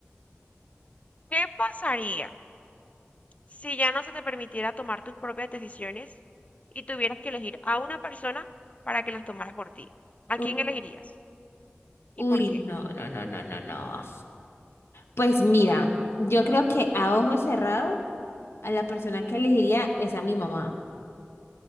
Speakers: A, on the left; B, on the left.
A: ¿Qué pasaría si ya no se te permitiera tomar tus propias decisiones y tuvieras que elegir a una persona para que las tomara por ti? ¿A
B: U-
A: quién elegirías? ¿Y
B: Uy,
A: por qué?
B: no, no, no, no, no, no. Pues mira, yo creo que a ojo cerrado, a la persona que elegiría es a mi mamá.